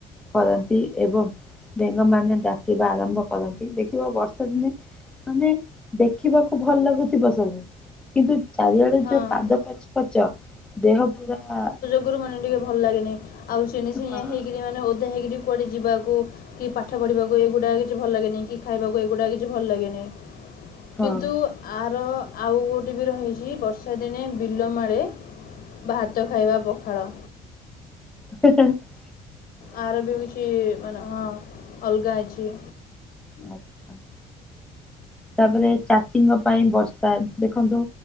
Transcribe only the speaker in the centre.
କରନ୍ତି। ଏବଂ ବେଙ୍ଗମାନେ ଡାକିବା ଆରମ୍ଭ କରନ୍ତି ଦେଖିବ ବର୍ଷା ଦିନେ ମାନେ ଦେଖିବାକୁ ଭଲ ଲାଗୁଥିବ ସବୁ। କିନ୍ତୁ ଚାରିଆଡେ
ଯୋଉ କାଦୁଅ ପଚ ପଚ ଦେହ ପୁରା
ହଁ
ହଁ
ହେଁ, ହେଁ <unintelligible>
ଆଚ୍ଛା। ତାପରେ ଚାଷୀଙ୍କ ପାଇଁ ବର୍ଷା ଦେଖନ୍ତୁ